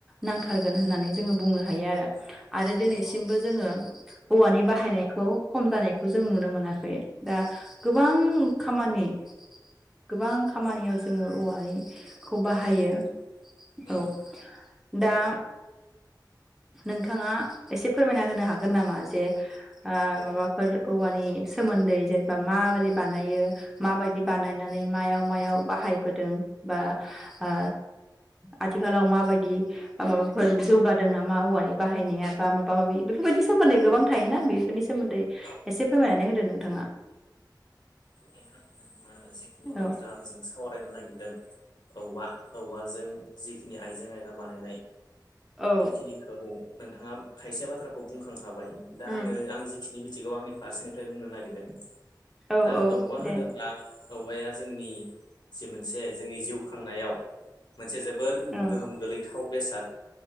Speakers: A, in the centre; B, on the left.
A: नांथारगोन
B: उम
A: होननानै जोङो बुंनो हायो आरो
B: उम
A: आरो दिनैसिमबो
B: नंगौ
A: जोङो औवानि बाहायनायखौ खम जानायखौ जों नुनो मोनाखै दा गोबां खामानि गोबां खामानियाव जोङो औवानि खौ बाहायो
B: उम उम
A: औ दा नोंथाङा एसे फोरमायना होनो हागोन नामा जे ओ
B: औ
A: माबाफोर औवानि सोमोन्दै जेनेबा
B: उम
A: माबोरै बानायो माबायदि बानायनानै
B: उम
A: मायाव मायाव बाहायबोदों बा ओ आथिखालाव माबायदि माबाफोर जौगादों ना मा औवानि बाहायनाया बा माबा माबि बेफोरबायदि सोमोन्दै गोबां थायोना बेफोरनि
B: उम
A: सो सोमोन्दै
B: औ
A: एसे फोरमायनानै होदो नोंथाङा।
B: औ नोंथां। नोंथाङा जिखिनि बाथ्रा
A: औ
B: आंजों सावरायनो नागिर दों औवा औवाजों जिखिनि आइजें आयला बानायनाय
A: औ
B: बेखिनिखौ नोंथाङा खायसे बाथ्राखौ बुंखांखाबाय दा
A: उम
B: आङो आं जिखिनि मिनथिगौ आंनि फारसेनिफ्राय बुंनो नागिरदों
A: औ
B: दा
A: औ
B: औवा होनोब्ला
A: दे
B: औवाया जोंनि जि मोनसे जोंनि जिउ खांनायाव मोनसे जोबोद
A: औ
B: गोहोम गोलैथाव बेसाद